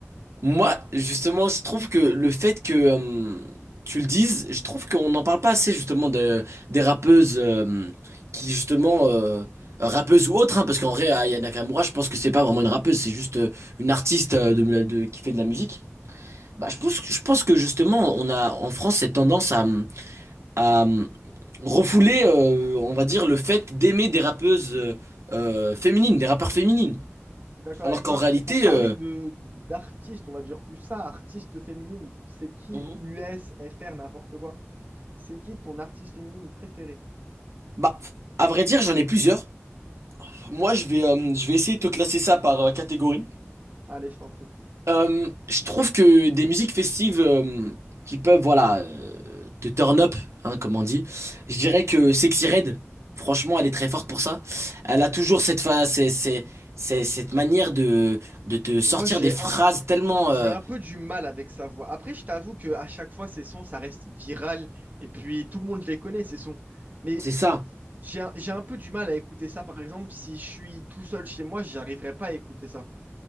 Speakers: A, on the right (about 70°); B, on the right (about 35°).
A: Moi, justement, je trouve que le fait que euh, tu le dises, je trouve qu'on n'en parle pas assez justement de, des rappeuses euh, qui justement euh, rappeuses ou autres, hein, parce qu'en vrai, Aya Nakamura, je pense que c'est pas vraiment une rappeuse, c'est juste euh, une artiste euh, de, la- de- qui fait de la musique. Bah, je pense, je pense que justement, on a en France cette tendance à, à refouler, euh, on va dire, le fait d'aimer des rappeuses euh, euh, féminines, des rappeurs féminines,
B: Je suis d'accord
A: alors
B: avec
A: qu'en
B: toi.
A: réalité,
B: Et pour parler
A: euh,
B: de d'artistes, on va dire plus ça, artiste féminine, c'est qui
A: Mhm.
B: US, FR, n'importe quoi. C'est qui ton artiste féminine préférée?
A: bah, à vrai dire, j'en ai plusieurs. Moi, je vais, euh, je vais essayer de te classer ça par euh, catégorie.
B: Allez, je t'en prie.
A: Euh, je trouve que des musiques festives euh, qui peuvent, voilà, euh, te turn up, hein, comme on dit. Je dirais que Sexy Red, franchement, elle est très forte pour ça. Elle a toujours cette fa- c'est, c'est, c'est- cette manière de, de te sortir
B: Moi, j'ai
A: des phrases
B: un
A: tellement,
B: j'ai
A: euh,
B: un peu du mal avec sa voix. Après, je t'avoue que à chaque fois, ces sons, ça reste viral. Et puis, tout le monde les connaît, ces sons. Mais
A: c'est ça,
B: j'ai un, j'ai un peu du mal à écouter ça. Par exemple, si je suis tout seul chez moi, j'arriverai pas à écouter ça.